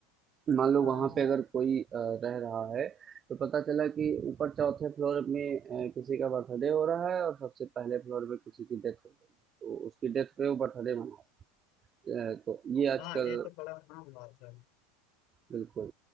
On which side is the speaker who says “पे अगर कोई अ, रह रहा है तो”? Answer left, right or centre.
Right